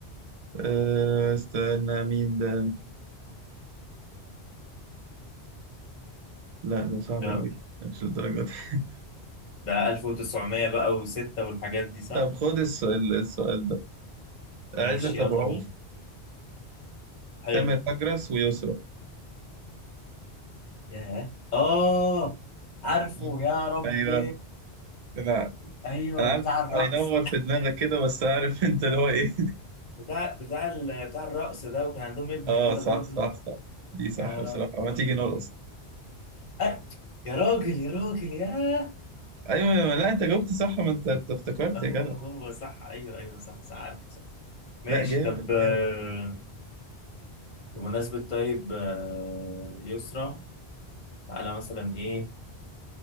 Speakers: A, on the right (about 55°); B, on the left (about 45°).
A: آه... استنى مين ده لا ده صعب
B: جرب
A: أوي مش للدرجة دي <laughs>
B: ده 1900 بقى و6 والحاجات دي صح
A: طب خد السؤال السؤال ده
B: ماشي
A: عزت
B: يلا
A: أبو عوف
B: بينا حلو
A: تامر أجرس ويسرا
B: ياه اه عارفه
A: مم.
B: يا ربي
A: أيوه أنا
B: ايوه
A: أنا عارف
B: بتاع الرقص
A: هينور في دماغك كده بس عارف أنت اللي هو إيه
B: بتاع بتاع ال... بتاع الرقص ده وكان عندهم
A: <laughs>
B: ابن
A: آه
B: كده
A: صح
B: برضه
A: صح صح دي صح
B: يا
A: بصراحة
B: ربي
A: ما تيجي نرقص
B: أه. يا راجل يا راجل ياه
A: ايوه ما- لا انت جاوبت صح ما انت أنت افتكرت
B: هو
A: يا جدع
B: هو صح ايوه ايوه صح صح عارف صح ماشي
A: لا جامد
B: طب آه،
A: جامد
B: بمناسبة طيب آه، يسرا تعالى مثلا ايه